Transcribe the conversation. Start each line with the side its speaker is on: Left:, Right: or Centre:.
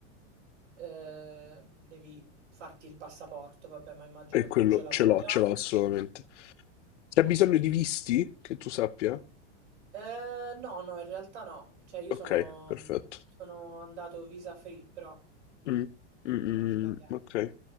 Right: eh, devi farti il passaporto, vabbè, ma immagino
Left: E
Right: che
Left: quello
Right: tu ce l'abbia
Left: ce l'ho,
Right: già.
Left: ce l'ho assolutamente. C'è bisogno di visti? Che tu sappia?
Right: Eh, no, no, in realtà no. Cioè, io
Left: Ok,
Right: sono,
Left: perfetto.
Right: sono andato visa free, però
Left: Mm, mm,
Right: potrei
Left: mm.
Right: sbagliarmi.
Left: Ok,